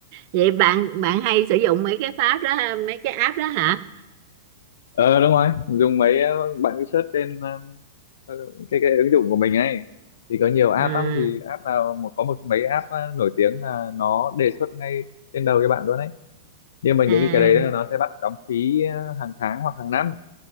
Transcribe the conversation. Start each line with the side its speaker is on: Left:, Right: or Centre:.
Right: vậy bạn bạn hay sử dụng mấy cái pháp đó ha, mấy cái app đó hả
Left: ờ đúng rồi dùng mấy ờ, bạn cứ search trên ờ, ờ, cái cái ứng dụng của mình ấy thì có nhiều app
Right: à
Left: lắm thì app nào một có một mấy app ờ, nổi tiếng là nó đề xuất ngay trên đầu cho bạn luôn đấy nhưng mà
Right: à
Left: những cái cái đấy là nó sẽ bắt đóng phí ờ, hàng tháng hoặc hàng năm